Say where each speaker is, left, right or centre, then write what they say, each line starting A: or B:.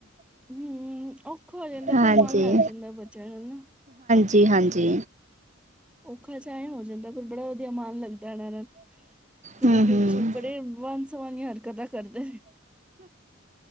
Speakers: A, in the centre; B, on the right.
A: ਹੁ ਔਖਾ ਹੋ ਜਾਂਦਾ
B: ਹਾਂਜੀ।
A: ਪਰ ਮਨ ਲੱਗ ਜਾਂਦਾ ਬੱਚਿਆਂ ਨੂੰ ਨਾ
B: ਜੀ ਹਾਂਜੀ
A: ਔਖਾ ਚਾਏ ਹੋ ਜਾਂਦਾ ਪਰ ਬੜਾ ਵਧੀਆ ਮਨ ਲੱਗਦਾ ਇਹਨਾਂ ਨਾਲ ਕਦੀ
B: ਹੂੰ-ਹੂੰ।
A: ਕੁਛ ਬੜੇ ਵਨ ਸੀ ਹਰ <inaudible> ਕਦਾ ਕਰਦੇ